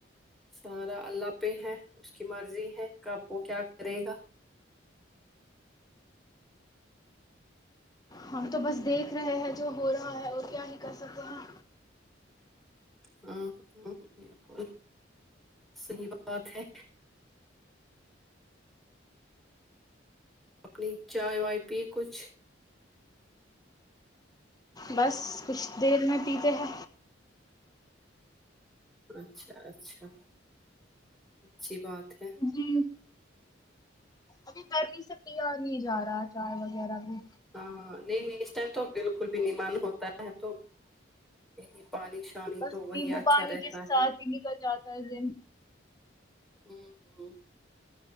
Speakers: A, in the centre; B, on the left.
A: سارا اللہ پے ہے اس کی مرضی ہے کب وہ کیا کرے گا
B: ہم تو بس دیکھ رہے ہیں جو ہو رہا ہے وہ کیا ہی کر سکتے ہیں
A: ہاں ہاں بالکل صحیح بات ہے اپنی چائے وائے پی کچھ
B: بس کچھ دیر میں پیتے ہے
A: اچھا اچھا اچھی بات ہے
B: جی ابھی گرمی سے پیا نہیں جا رہا چائے وغیرہ بھی
A: ہاں نہیں میں اس ٹائم تو بالکل بھی نہیں معلوم ہوتا ہے تو نہیں نہیں پانی شانی
B: بس
A: تو وہی
B: نیمبو
A: اچھا
B: پانی
A: رہتا
B: کے ساتھ
A: ہے
B: نکل جاتا ہے اس دن
A: ہم ہم